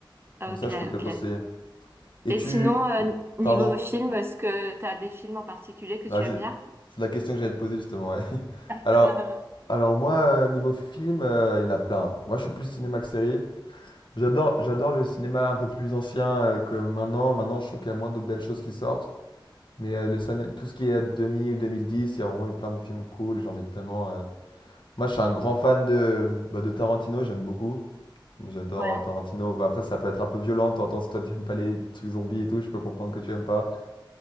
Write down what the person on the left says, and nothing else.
Donc ça, je peux te
le conseiller. Et
tu...
Pardon.
Bah,
j'ai-
C'est la question que j'allais te poser justement, ouais. <laughs>
Alors, alors moi, euh, niveau film, euh, il y en a plein. Moi, je suis plus cinéma que série. J'adore, j'adore le cinéma un peu plus ancien euh, que maintenant. Maintenant, je trouve qu'il y a moins de belles choses qui sortent. Mais euh, le ciné- tout ce qui est 2000, 2010, il y a vraiment eu plein de films cool. J'en ai tellement... euh. Moi, je suis un grand fan de, bah, de Tarantino, j'aime beaucoup. J'adore
euh, Tarantino. Bah, après, ça peut être un peu violent. T'entends, si toi, t'aimes pas les trucs zombies et tout, je peux comprendre que tu aimes pas.